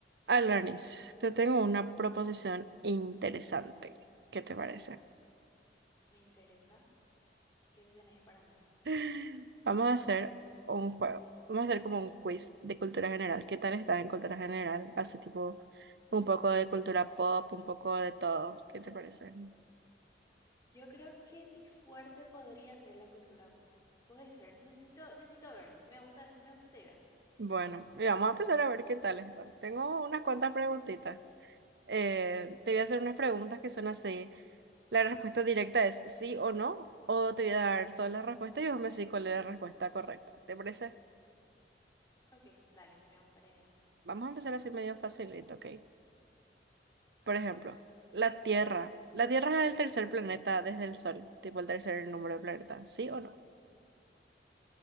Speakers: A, on the right; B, on the left.
A: Alanis, te tengo una proposición interesante. ¿Qué te parece?
B: Me interesa. ¿Qué tenés para mí?
A: <laughs> Vamos a hacer un juego. Vamos a hacer como un quiz de cultura general. ¿Qué tal estás en cultura general? Hace tipo un poco de cultura pop, un poco de todo. ¿Qué te parece?
B: Yo creo que mi fuerte podría ser la cultura pop. Puede ser. Necesito, necesito ver. Me gusta, me gusta esta idea.
A: Bueno, y vamos a empezar a ver qué tal estás. Tengo unas cuantas preguntitas. eh, te voy a hacer unas preguntas que son así. La respuesta directa es sí o no, o te voy a dar todas las respuestas y vos me decís cuál es la respuesta correcta. ¿Te parece?
B: Ok, dale, me gusta la idea.
A: Vamos a empezar así medio facilito, ¿ok? Por ejemplo, la Tierra. La Tierra es el tercer planeta desde el Sol, tipo el tercer número de planeta. ¿Sí o no?